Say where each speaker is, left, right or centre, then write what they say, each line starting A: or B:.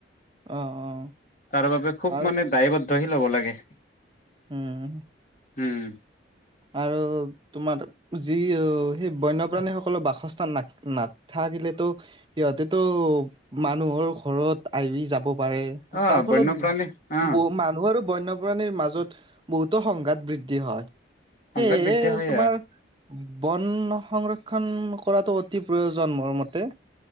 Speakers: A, on the right (about 25°); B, on the left (about 45°).
A: অ'! অ'!
B: তাৰ বাবে খুব
A: আৰু
B: মানে দায়বদ্ধ শীল হ'ব লাগে।
A: উম!
B: উম!
A: আৰু তোমাৰ যি <unintelligible> অ'! সেই বন্যপ্ৰাণীসকলৰ বাস বাসস্থান না নাথাকিলেতো সিহঁতেতো মানুহৰ ঘৰত আহি যাব।
B: অ
A: তাৰ ফলত
B: বন্যপ্ৰাণী অ
A: মানুহৰো বন্যপ্ৰাণীৰ মাজত বহুতো সংঘাত বৃদ্ধি হয়
B: সংঘাত
A: হেই
B: বৃদ্ধি হয়
A: তোমাৰ বন সংৰক্ষণ কৰাটো অতি প্ৰয়োজন মোৰ মতে